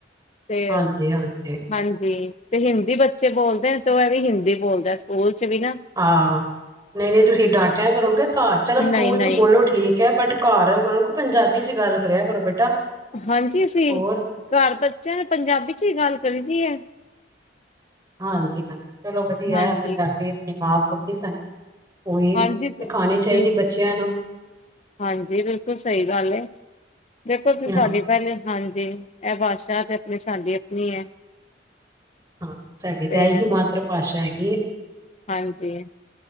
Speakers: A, on the left; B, on the right.
A: ਤੇ
B: ਹਾਂਜੀ ਹਾਂਜੀ
A: ਹਾਂਜੀ, ਤੇ ਹਿੰਦੀ ਬੱਚੇ ਬੋਲਦੇ ਤੇ ਇਹ ਵੀ ਹਿੰਦੀ ਬੋਲਦਾ ਸਕੂਲ ਚ ਵੀ ਨਾ
B: ਹਾਂ ਨਹੀਂ, ਨਹੀਂ ਤੁਸੀਂ ਡਾਂਟਿਆ ਕਰੋ, ਉਨ੍ਹੋ ਕਹੋ ਘਰ ਚਲੋ ਸਕੂਲ
A: ਨਹੀਂ ਨਹੀਂ
B: ਚ ਬੋਲੋ ਠੀਕ ਹੈ। ਬਟ ਘਰ ਕਹੋ ਪੰਜਾਬੀ ਚ ਗੱਲ ਕਰਿਆ ਕਰੋ ਬੇਟਾ।
A: ਹਾਂਜੀ ਅਸੀਂ
B: ਹੋਰ
A: ਘਰ ਬੱਚਿਆਂ ਨੇ ਪੰਜਾਬੀ ਚ ਹੀ ਗੱਲ ਕਰੀ ਦੀ ਹੈ।
B: ਹਾਂਜੀ, ਹਾਂਜੀ ਚਲੋ ਵਧੀਆ
A: ਹਾਂਜੀ
B: ਐ, ਪੰਜਾਬੀ ਆਪਣੀ ਮਾਂ ਬੋਲੀ ਸਨ ਓਈ,
A: ਹਾਂਜੀ
B: ਸਿਖਾਣੀ ਚਾਹੀਦੀ
A: ਬਿਲ
B: ਬੱਚਿਆਂ ਨੂੰ।
A: ਹਾਂਜੀ, ਬਿਲਕੁਲ ਸਹੀ ਗੱਲ ਏ, ਦੇਖੋ ਤੁਸੀਂ
B: ਹਾਂ
A: ਸਾਡੀ ਪਹਿਲੇ, ਹਾਂਜੀ ਐ ਭਾਸ਼ਾ ਤੇ ਆਪਣੀ ਸਾਡੀ ਅਪਣੀ ਹੈ।
B: ਹਾਂ, ਸਾਡੀ
A: ਤੇ
B: ਤਾਂ‌ ਐਈ ਹੀ ਮਾਤ੍ਰ-ਭਾਸ਼ਾ ਹੈਗੀ ਐ।
A: ਹਾਂਜੀ।